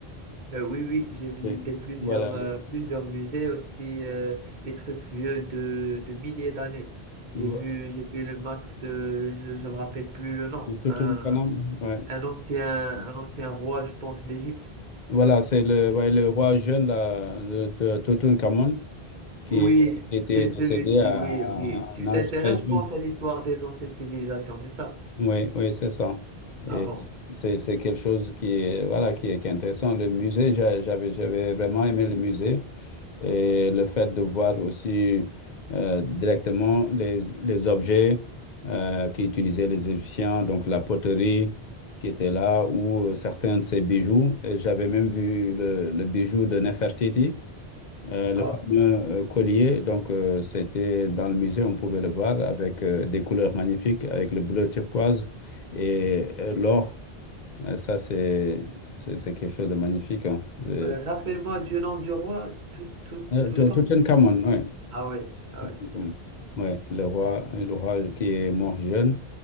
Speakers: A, on the right; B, on the left.
A: Euh, oui, oui, j'ai visité
B: Oui.
A: plusieurs,
B: Voilà.
A: euh, plusieurs musées aussi, euh, des trucs vieux de, de milliers d'années. J'ai
B: le-
A: vu, j'ai vu le masque de, je, je me rappelle plus le nom,
B: Tutankhamon,
A: un,
B: ouais.
A: un ancien, un ancien roi, je pense, d'Égypte.
B: Voilà, c'est le, ouais, le roi jeune là, de de Tutankhamon qui,
A: Oui,
B: est- qui était
A: c'est
B: décédé
A: celui-ci,
B: à,
A: oui,
B: à
A: oui. Tu
B: un âge
A: t'intéresses,
B: très jeune.
A: je pense, à l'histoire des anciennes civilisations, c'est ça?
B: Oui, oui, c'est ça.
A: Ah
B: Et
A: bon?
B: c'est c'est quelque chose qui est, voilà, qui est, qui est intéressant. Le musée, j'a- j'avais, j'avais vraiment aimé le musée. et le fait de voir aussi euh, directement les, les objets euh, qu'utilisaient les Égyptiens, donc la poterie qui était là ou euh, certains de ces bijoux. Et J'avais même vu le, le bijou de Nefertiti, euh, le
A: Ah,
B: fameux euh, collier. Donc euh, c'était dans le musée, on pouvait le voir avec euh, des couleurs magnifiques, avec le bleu turquoise et euh, l'or. Euh, Ça, c'est c'est- c'est quelque chose de magnifique. Hein. Euh,
A: euh, rappelle-moi du nom du roi tout, tout,
B: euh,
A: tout temps.
B: Tutankhamon, oui.
A: Ah oui, ah
B: Exactement.
A: oui, c'est ça.
B: Ouais, le roi, le roi qui est mort jeune,